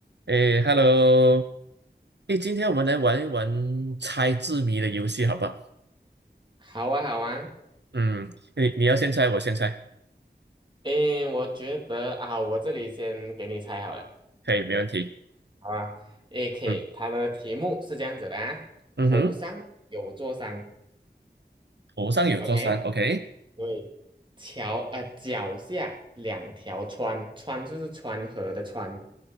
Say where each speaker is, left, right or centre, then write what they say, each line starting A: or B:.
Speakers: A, on the right; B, on the right.
A: 诶，Hello，诶，今天我们来玩一玩猜字谜的游戏，好不好？
B: 好啊，好啊，
A: 嗯，你你要先猜，我先猜，
B: 诶，我觉得啊，我这里先给你猜好了，
A: 可以，没问题。
B: 好吧？AK，
A: 嗯
B: 它的题目是这样子的啊，
A: 嗯哼，
B: 头上有座山
A: 头上有座山，OK，
B: ，OK，对，桥呃脚下两条川，川就是川河的川